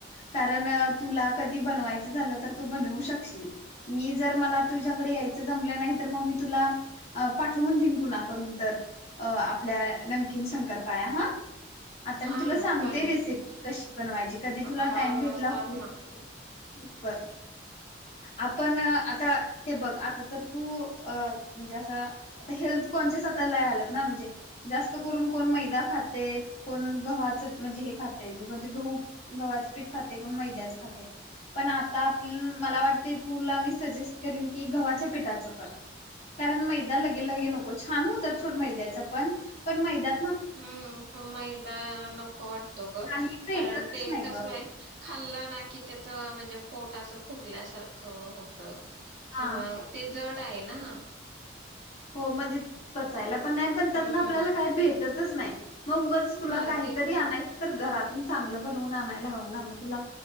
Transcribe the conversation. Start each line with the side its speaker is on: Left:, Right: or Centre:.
Left: कारण तुला कधी बनवायचं झालं तर तू बनवू शकशील. मी जर मला तुझ्याकडे यायचं जमलं नाही तर मग मी तुला पाठवून देईन कुणाकडून तर. अ आपल्या नमकीन शंकरपाळ्या हा. आता
Right: हा
Left: मी तुला
Right: हा
Left: सांगते
Right: चालेल
Left: रेसिपी कशी बनवायची. कधी
Right: हा
Left: तुला टाइम भेटला
Right: हा सांग
Left: करून
Right: ना
Left: बरं. आपण आता हे बघ आता तर तू म्हणजे असं आता हेल्थ कॉनजेयस आता लय आल्यात म्हणजे जास्त करून कोण मैदा खाते. कोण गव्हाच म्हणजे हे खाते. म्हणजे गहू गव्हाचं पीठ खाते. कोण मैद्याच खाते. पण आता आप मला वाटत तुला मी सजेस्ट करीन की गव्हाच्या पीठाचं कर. कारण मैदा लगे लगे नको छान होत्यात सोड मैदा मैद्याचं पण पण मैदा
Right: हम्म पण मैदा नको वाटतो गं.
Left: काही भेटतच
Right: कारण ते
Left: नाही
Right: कसाय
Left: ग
Right: खाल्लं ना कि त्या नं म्हणजे पोट असं फुगल्यासारखं होत. किंवा
Left: हा
Right: ते जड जड आहे ना.
Left: हो म्हणजे पचायला पण नाही पण
Right: हम्म
Left: त्यातन आपल्याला काय भेट भेटतच नाही. मग उगच तुला
Right: हा
Left: काहीतरी
Right: तेच
Left: आणायच
Right: ते
Left: तर घरात. चांगलं बनवून आणायला हवं ना? मग तुला